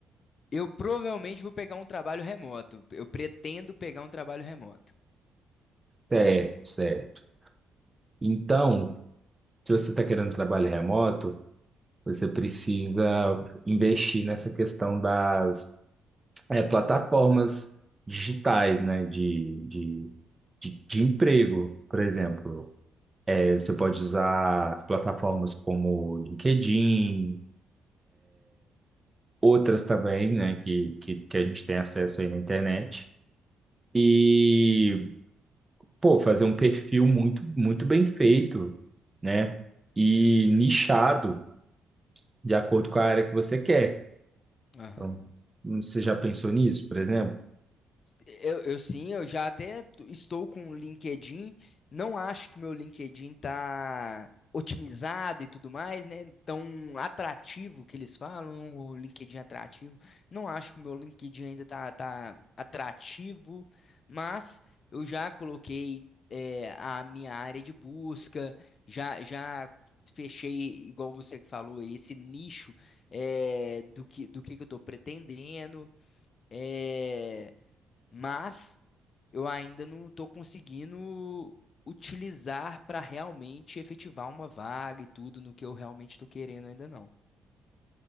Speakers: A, on the left; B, on the right.
A: Eu provavelmente vou pegar um trabalho remoto. Eu pretendo pegar um trabalho remoto.
B: Certo, certo. Então, se você está querendo trabalho remoto, você precisa investir nessa questão das é, plataformas digitais, né, de, de, de, de emprego, por exemplo. É, você pode usar plataformas como LinkedIn, outras também, né, que, que, que a gente tem acesso aí na internet. E, pô, fazer um perfil muito, muito bem feito, né, e nichado de acordo com a área que você quer.
A: Aham.
B: Então, você já pensou nisso, por exemplo?
A: Eu, eu sim, eu já até t- estou com o LinkedIn. Não acho que meu LinkedIn tá otimizado e tudo mais, né? Tão atrativo que eles falam, o LinkedIn é atrativo. Não acho que o meu LinkedIn ainda tá, tá atrativo, mas eu já coloquei é, a minha área de busca, já, já fechei, igual você que falou, esse nicho é, do que, do que que eu estou pretendendo. eh, mas eu ainda não estou conseguindo utilizar para realmente efetivar uma vaga e tudo no que eu realmente estou querendo ainda não.